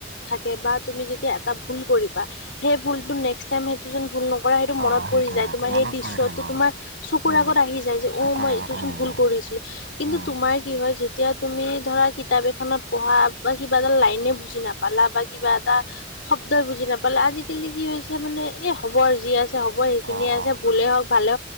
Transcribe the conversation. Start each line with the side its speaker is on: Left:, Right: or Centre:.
Left: থাকে বা তুমি যেতিয়া এটা ভুল কৰিবা সেই ভুলতো নেক্স টাইম সেইটো যেন ভুল নকৰা সেইটো মনত
Right: অ সেইটোয়ে
Left: পৰি যায় তোমাৰেই
Right: মনত পৰি
Left: তোমাৰ
Right: থাকিব
Left: চকুৰ
Right: উম
Left: আগত আহি যায় যে
Right: চকুৰ
Left: অ', মই
Right: আগত
Left: এইটোচোন
Right: আহি
Left: ভুল
Right: যায়
Left: কৰিছিলো, কিন্তু
Right: উম
Left: তোমাৰ কি হয় এতিয়া তুমি ধৰা কিতাপ এখনত পঢ়া বা কিবা এটা লাইনে বুজি নাপালা বা কিবা এটা শব্দই বুজি নাপালা আজিকালি কি হৈছে মানে এ হ'ব যি আছে হ'ব সেইখিনিয়ে
Right: অ
Left: আছে
Right: অ
Left: ভুলে হওঁক ভালে